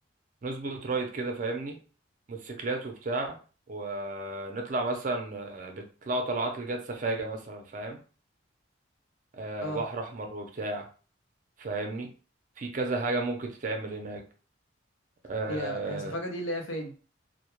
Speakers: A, on the right; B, on the left.
A: نظبط رايد كده فاهمني موتوسيكلات وبتاع ونطلع مثلا آه، بيطلعوا طلعات لجات سفاجة مثلا فاهم آه،
B: اه
A: بحر أحمر وبتاع فاهمني في كذا حاجة ممكن تتعمل هناك آه،
B: هي هي سفاجه دي اللي هي فين